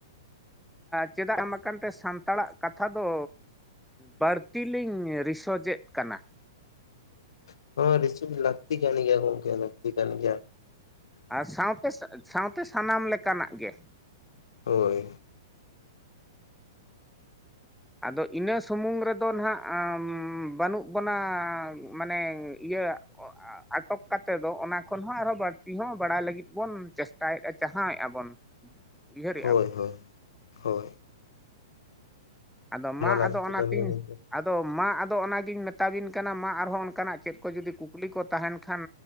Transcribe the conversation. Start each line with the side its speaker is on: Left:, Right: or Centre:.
Centre: ᱪᱮᱫᱟᱜ ᱮᱢᱟᱠᱟᱱ ᱛᱮ ᱥᱟᱱᱛᱟᱲᱟᱜ ᱠᱟᱛᱷᱟ ᱫᱚ ᱵᱟᱹᱲᱛᱤ ᱞᱤᱧ ᱨᱤᱥᱚᱡᱮᱫ ᱠᱟᱱᱟ᱾
Left: <unintelligible> ᱨᱤᱥᱳᱡ ᱞᱟᱹᱠᱛᱤ ᱠᱟᱱ ᱜᱮᱭᱟ ᱜᱚᱝᱠᱮ ᱞᱟᱹᱠᱛᱤ ᱠᱟᱱ ᱜᱮᱭᱟ᱾
Centre: ᱟᱨ ᱥᱟᱶᱛᱮ ᱥᱟᱶᱛᱮ ᱥᱟᱱᱟᱢ ᱞᱮᱠᱟᱱᱟᱜ ᱜᱮ
Left: ᱦᱳᱭ ᱾
Centre: ᱟᱫᱚ ᱤᱱᱟᱹ ᱥᱩᱢᱩᱝ ᱨᱮᱫᱚ ᱱᱟᱦᱟᱸᱜ ᱵᱟᱹᱱᱩᱜ ᱵᱚᱱᱟ ᱢᱟᱱᱮ ᱤᱭᱟᱹ ᱟᱴᱚᱠ ᱠᱟᱛᱮ ᱫᱚ ᱚᱱᱟ ᱠᱷᱚᱱ ᱦᱚᱸ ᱟᱨᱦᱚᱸ ᱵᱟᱹᱲᱛᱤ ᱦᱚᱸ ᱵᱟᱲᱟᱭ ᱞᱟᱹᱜᱤᱫ ᱵᱚᱱ ᱪᱮᱥᱴᱟᱭᱮᱫᱼᱟ, ᱪᱟᱦᱟᱣᱮᱫᱼᱟ ᱵᱚᱱ᱾ <unintelligible>
Left: ᱦᱳᱭ
Centre: ᱵᱚᱱ
Left: ᱦᱳᱭ ᱦᱳᱭ ᱾
Centre: ᱟᱫᱚ ᱢᱟ
Left: ᱞᱟᱹᱠᱛᱤ
Centre: ᱟᱫᱚ ᱚᱱᱟᱛᱤᱧ
Left: ᱠᱟᱱ ᱜᱮᱭᱟ ᱜᱚᱝᱠᱮ
Centre: ᱟᱫᱚ ᱢᱟ ᱟᱫᱚ ᱚᱱᱟᱜᱤᱧ ᱢᱮᱛᱟᱵᱤᱱ ᱠᱟᱱᱟ ᱢᱟ ᱟᱨᱦᱚᱸ ᱚᱱᱠᱟᱱᱟᱜ ᱪᱮᱫ ᱠᱚ ᱡᱩᱫᱤ ᱠᱩᱠᱞᱤ ᱠᱚ ᱛᱟᱦᱮᱱ ᱠᱷᱟᱱ